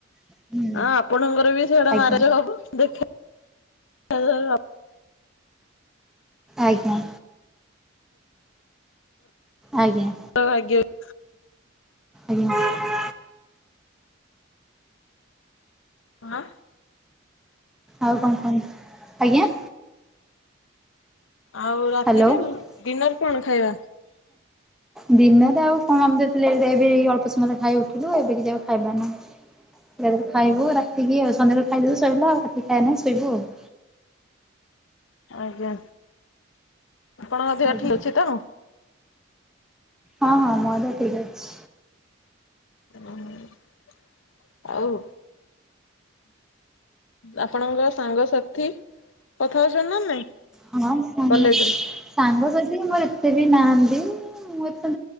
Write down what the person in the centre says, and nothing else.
ହୁଁ।
ଆଜ୍ଞା
ଆଜ୍ଞା। ଆଜ୍ଞା।
ଆଜ୍ଞା।
ଆଉ କଣ କୁହନ୍ତୁ? ଆଜ୍ଞା?
ହ୍ୟାଲୋ।
ଡିନର୍ ରେ ଆଉ କଣ ଆମେ ଏତେ ଲେଟ୍ ଏବେ ଅଳ୍ପ ସମୟ ହେଲା ଖାଇକି ଉଠିଲୁ ଏବେ କିଛି ଆଉ ଖାଇବାର ନାହିଁ। <unintelligible> ଖାଇବୁ ରାତିକି ଆଉ ସଧ୍ୟବେଳେ ଖାଇ ଦେଲୁ ସଇଲା ଆଉ ରାତି କି ଖାଇବାର ନାଇଁ ଶୋଇବୁ ଆଉ।
ଆଜ୍ଞା
ହଁ ହଁ ମୋ ଦେହ ଠିକ୍ ଅଛି।
ହଁ ସାଙ୍ଗ
ସାଙ୍ଗସାଥି ମୋର ଏତେ ବି ନାହାନ୍ତି ମୁଁ ଏତେ